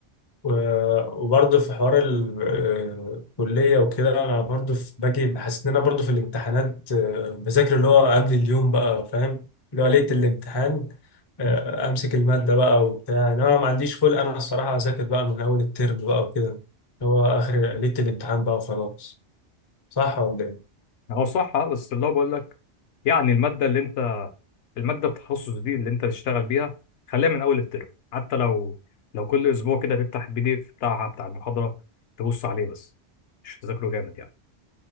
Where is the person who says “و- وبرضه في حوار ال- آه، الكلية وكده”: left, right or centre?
Left